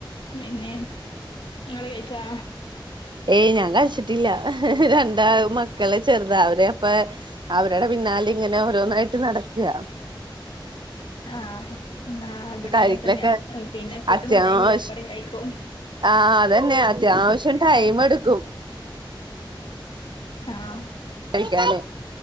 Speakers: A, on the left (about 70°); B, on the right (about 60°).
A: പിന്നെ നിങ്ങള് കഴിച്ചാ
B: ഏയ് ഞാൻ കഴിച്ചിട്ടില്ല രണ്ടാ മക്കളെ ചെറുത അവര് അവപ്പ അവരുടെ പിന്നാല ഇങ്ങനെ ഓരോന്നായിട്ട് നടക്കുക
A: ആഹ് ആ അവിടെ
B: കഴിക്കലൊക്കെ
A: അങ്ങനെ തന്നെയ പിന്നെ കിട്ടുന്ന
B: അത്യാവശ്യ
A: ടൈമിൽ എപ്പറ കഴിക്കും
B: ആഹ് അതന്നെയ അത്യാവശ്യം ടൈം എടുക്കും
A: ആഹ്
B: കഴിക്കാന്